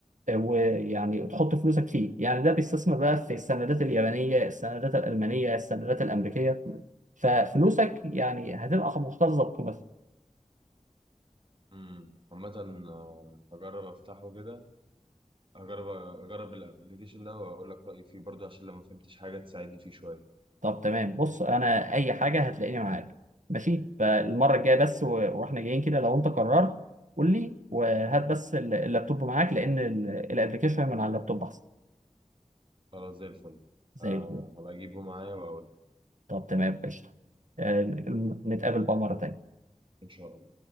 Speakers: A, on the right; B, on the right.
A: ويعني تحط فلوسك فيه يعني ده بيستثمر بقى في السندات اليابانيه السندات الالمانيه السندات الامريكيه ففلوسك يعني هتبقى محتفظه بقيمتها
B: امم عامة آه، هجرب افتحه كده هجرب اجرب الابلكيشن ده واقول لك رأيي فيه برضه عشان لو ما فهمتش حاجة تساعدني فيه شوية
A: طب تمام بص انا اي حاجه هتلاقيني معاك ماشي فالمره الجايه بس و... واحنا جايين كده لو انت قررت قول لي وهات بس ال- اللابتوب معاك لان ال- الابلكيشن من على اللابتوب احسن
B: خلاص زي الفل
A: زي
B: آه
A: الفل
B: هبقى اجيبه معايا واقول
A: طب تمام قشطه آه، نتقابل بقى مره تانيه
B: ان شاء الله